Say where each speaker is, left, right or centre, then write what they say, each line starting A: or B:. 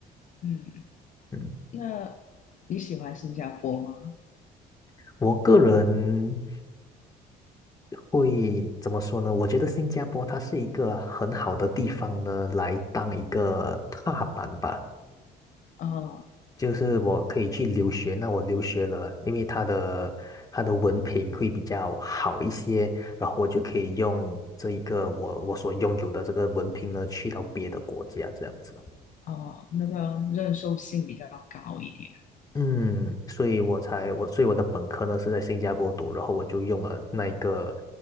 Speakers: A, on the left (about 50°); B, on the left (about 20°).
A: 嗯，
B: 嗯，
A: 那你喜欢新加坡吗？
B: 我个人会怎么说呢？我觉得新加坡它是一个很好的地方呢，来当一个踏板吧。
A: 啊、
B: 就是我可以去留学，那我留学了，因为他的他的文凭会比较好一些，然后我就可以用这一个我我所拥有的这个文凭呢，去到别的国家这样子。
A: 哦，那个认受性比较高一点。
B: 嗯，所以我才我所以我的本科呢是在新加坡读，然后我就用了那一个